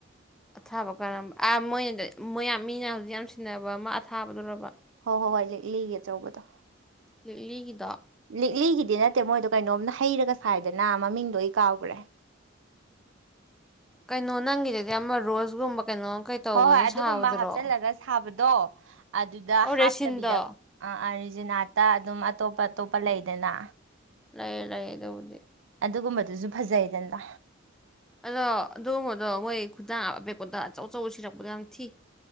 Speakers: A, in the centre; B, on the right.
A: ꯑꯊꯥꯕ ꯀꯔꯝꯕ ꯑꯥ ꯃꯣꯏꯅ ꯃꯣꯏ ꯃꯤꯅ ꯍꯧꯖꯤꯛ ꯌꯥꯝ ꯁꯤꯟꯅꯕ ꯑꯃ ꯑꯊꯥꯕꯗꯨꯣꯔꯕ
B: ꯍꯣꯏ ꯍꯣꯏ ꯍꯣꯏ ꯂꯤꯒꯦ ꯑꯆꯧꯕꯗꯣ
A: ꯂꯤꯛ ꯂꯤꯒꯗ
B: ꯂꯤꯛꯂꯤꯒꯤꯗꯤ ꯅꯠꯇꯦ ꯃꯣꯏꯗꯣ ꯀꯩꯅꯣꯝꯅ ꯍꯩꯔꯒ ꯁꯥꯏꯗꯅ ꯃꯃꯤꯡꯗꯣ ꯑꯩ ꯀꯥꯎꯈ꯭ꯔꯦ
A: ꯀꯩꯅꯣ ꯅꯪꯒꯤꯗꯗꯤ ꯑꯃ ꯔꯣꯁꯒꯨꯝꯕ ꯀꯩꯅꯣꯝ ꯀꯩ ꯇꯧꯕꯅ
B: ꯍꯣꯏ ꯍꯣꯏ ꯑꯗꯨꯒꯨꯝꯕ
A: ꯁꯥꯕꯗꯨꯔꯣ
B: ꯍꯥꯞꯆꯜꯂꯒ ꯁꯥꯕꯗ ꯑꯣ ꯑꯗꯨꯗ
A: ꯑꯣ
B: ꯍꯥꯞꯇꯕꯤꯗꯕ
A: ꯔꯦꯁꯤꯟꯗꯣ
B: ꯑꯔꯤꯖꯤꯅꯥꯠꯇ ꯑꯗꯨꯝ ꯑꯇꯣꯞ ꯑꯇꯣꯞꯄ ꯂꯩꯗꯅ
A: ꯂꯩꯌꯦ ꯂꯩꯌꯦꯗꯕꯨꯗꯤ
B: ꯑꯗꯨꯒꯨꯝꯕꯗꯨꯁꯨ ꯐꯖꯩꯗꯟꯗ
A: ꯑꯗꯣ ꯑꯗꯨꯉꯗꯣ ꯃꯣꯏ ꯈꯨꯗꯥꯕꯦꯛꯀꯣꯗ ꯑꯆꯧ ꯑꯆꯧ ꯁꯤꯔꯛꯄꯗꯣ ꯌꯥꯝ ꯊꯤ